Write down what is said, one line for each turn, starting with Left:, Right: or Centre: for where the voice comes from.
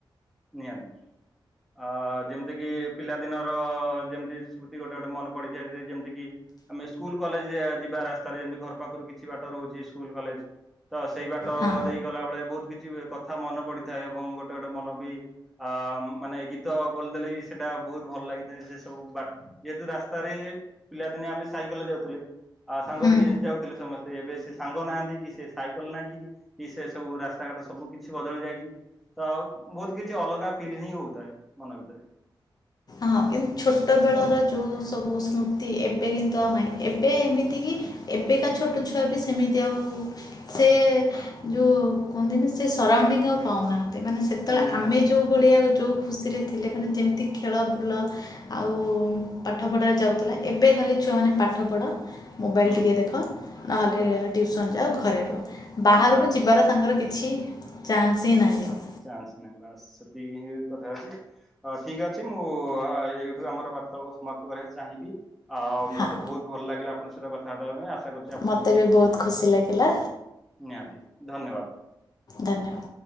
Centre: ନିହାତୀ। ଅ ଯେମିତିକି ପିଲାଦିନର ଯେମିତି ସ୍ମୃତି ଗୋଟେ ଗୋଟେ ମନେ ପଡିଯାଇ, ଯେମିତି କିି ଆମେ ସ୍କୁଲ କଲେଜ ଯିବା ରାସ୍ତାରେ ଯେମିତି ଘର ପାଖରୁ କିଛି ବାଟ ରହୁଚି ସ୍କୁଲ କଲେଜ। ତ ସେଇ ବାଟ
Left: ହଁ
Centre: ଦେଇ ଗଲା ବେଳେ ବୋହୁତ କିଛି କଥା ମନେ ପଡିଥାଏ ଏବଂ ଗୋଟେ ଗୋଟେ ମନ ବି ଅ ମାନେ ଗୀତ ବଦେଲେ ବି ସେଇଟା ବୋହୁତ ଭଲ ଲାଗିଥାଏ ସେ ସବୁ ବା ଯେହେତୁ ରାସ୍ତାରେ ପିଲାଦିନେ ଆମେ ସାଇକେଲରେ ଯାଉଥିଲେ। ଆଉ ସାଙ୍ଗ
Left: ହୁଁ
Centre: ହେଇକି ଯାଉଥିଲେ ସମସ୍ତେ, ଏବେ ସେ ସାଙ୍ଗ ନାହାନ୍ତି କି ସେ ସାଇକେଲ ନାହିଁ କି। କି ସେ ସବୁ ରାସ୍ତା ଘାଟ ସବୁ କିଛି ବଦଳି ଯାଇଚି, ତ ବୋହୁତ କିଛି ଅଲଗା ଫିଲ୍ ହିଁ ହୋଉଥାଏ ମନ ଭିତରେ।
Left: ହଁ କିନ୍ତୁ ଛୋଟବେଳର ଯେଉଁ ସବୁ ସ୍ମୃତି ଏବେ କିନ୍ତୁ ନାହିଁ ଏବେ ଏମିତି କିି ଏବେକା ଛୋଟ ଛୁଆ ବି ସେମିତି ଆଉ ସେ ଯୋଉ କୁହନ୍ତିନି ସେ ସରାଉଣ୍ଡିଙ୍ଗ ଆଉ ପାଉନା। ମାନେ ସେତେଳେ
Centre: ନିହାତି
Left: ଆମେ ଯେଉଁ ଭଳିଆ ଯେଉଁ ଖୁସିରେ ଥିଲେ ମାନେ ଯେମିତି କି ଖେଳ ବୁଲ ଆଉ ପାଠ ପଢ଼ାରେ ଯାଉଥିଲା ଏବେ ଖାଲି ଛୁଆମାନେ ପାଠ ପଢ଼। ମୋବାଇଲ
Centre: ହୁଁ
Left: ଟିକେ ଦେଖ ଆ ହେଲେ
Centre: ବାସ୍
Left: ଟିଉସନ୍ ଯାଅ ଘରେ ରୁହ। ବାହାରକୁ
Centre: ବାସ୍
Left: ଯିବାର ତାଙ୍କର କିଛି ଚାନ୍ସ ହିଁ ନାହିଁ ଆଉ।
Centre: ଚାନ୍ସ ନାହିଁ ବାସ୍ ସେତିକି କଥା ହଉଛି। ହଁ ଠିକ ଅଛି ମୁଁ ଏଇଠୁ ଆମର ବାର୍ତ୍ତାଳାପକୁ କୁ ସମାପ୍ତ କରିବାକୁ ଚାହିଁବି। ଆଉ ମୋତେ
Left: ହଁ
Centre: ବହୁତ ଭଲ ଲାଗିଲା ଆପଣଙ୍କ ସହିତ କଥାବାର୍ତ୍ତାବା ପାଇଁ ଆଶା କରୁଛି ଆପଣଙ୍କୁ
Left: ମୋତେ
Centre: ବି ଠିକ
Left: ବହୁତ
Centre: ଭଲ ଲାଗିବ।
Left: ଖୁସି ଲାଗିଲା
Centre: ନିହାତି ଧନ୍ୟବାଦ।
Left: ଧନ୍ୟବାଦ।